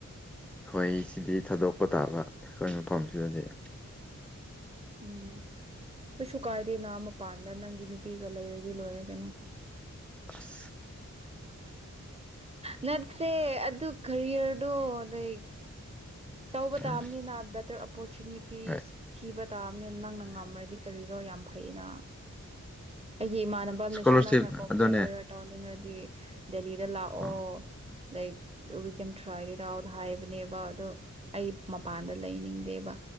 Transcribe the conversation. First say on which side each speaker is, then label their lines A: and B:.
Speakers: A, in the centre; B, on the right (about 20°).
A: ꯑꯩꯈꯣꯏ ꯁꯤꯗꯤ ꯊꯥꯗꯣꯛꯄ ꯇꯥꯕ ꯑꯩꯈꯣꯏ ꯃꯐꯝꯁꯤꯗꯗꯤ
B: ꯎꯝ ꯀꯩꯁꯨ ꯀꯥꯏꯗꯦꯅꯥ ꯃꯄꯥꯟꯗ ꯅꯪꯒꯤ ꯅꯨꯄꯤꯒ ꯂꯩꯔꯗꯤ ꯂꯣꯏꯔ ꯀꯩꯅꯣ
A: ꯏꯁ
B: ꯅꯠꯇꯦ ꯑꯗꯨ ꯀꯔꯤꯌꯔꯗꯣ ꯂꯥꯏꯛ ꯇꯧꯕ
A: ꯎꯝ
B: ꯇꯥꯕꯅꯤꯅ ꯕꯦꯇꯔ ꯑꯣꯄꯣꯔꯆꯨꯅꯤꯇꯤꯁ
A: ꯍꯣꯏ
B: ꯊꯤꯕ ꯇꯥꯕꯅꯤꯅ ꯅꯪꯅ ꯉꯝꯔꯗꯤ ꯀꯔꯤꯔꯣ ꯌꯥꯝ ꯐꯩꯌꯦꯅ ꯑꯩꯒꯤ ꯏꯃꯥꯟꯅꯕꯅꯁꯨ
A: ꯏꯁꯀꯣꯂꯥꯔꯁꯤꯞ
B: ꯅꯪꯅ ꯀꯣꯔꯄꯣꯔꯦꯠ
A: ꯑꯗꯨꯅꯦ
B: ꯂꯣꯏ ꯇꯧꯅꯤꯡꯔꯗꯤ ꯗꯦꯂꯤꯗ ꯂꯥꯛꯑꯣ
A: ꯑ
B: like we can ꯊ꯭ꯔꯥꯏꯠ it out ꯍꯥꯏꯕꯅꯦꯕ ꯑꯗꯣ ꯑꯩ ꯃꯄꯥꯟꯗ ꯂꯩꯅꯤꯡꯗꯦꯕ